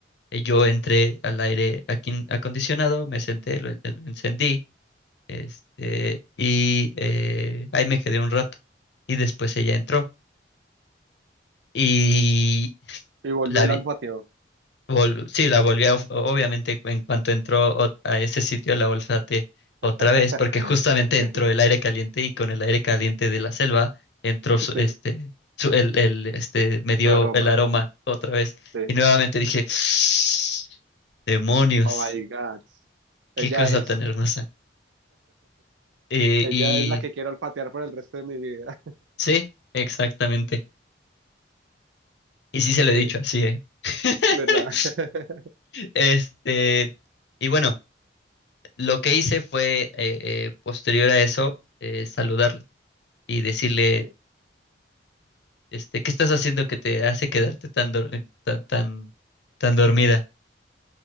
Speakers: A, on the left (about 70°); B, on the right (about 90°).
A: Eh, Yo entré al aire aquin- acondicionado, me senté, lo, en- lo encendí, este, y eh, ahí me quedé un rato. Y después ella entró. Y
B: Y volver
A: la vi-
B: al patio.
A: vol- sí, la volví a, of- obviamente, en cuanto entró o- a ese sitio, la olfateé otra
B: <laughs>
A: vez, porque justamente entró
B: Sí,
A: el aire caliente y con el aire caliente de la selva entró su-
B: sí,
A: este, su- el, el, este, me dio
B: su aroma.
A: el aroma otra vez.
B: Sí.
A: Y nuevamente dije, <sniffs> demonios.
B: Oh my God.
A: Qué
B: Ella
A: cosa
B: es,
A: tan hermosa. Eh,
B: ella
A: y
B: es la que quiero olfatear por el resto de mi vida.
A: sí, exactamente. Y sí se lo he
B: Sí,
A: dicho así, ¿eh? <laughs>
B: ¿verdad? <laughs>
A: Este, y bueno, lo que hice fue, eh, eh, posterior a eso, eh, saludarla y decirle,
B: Sí,
A: este, ¿qué estás haciendo que te hace quedarte tan, dor- eh, tan, tan, tan dormida?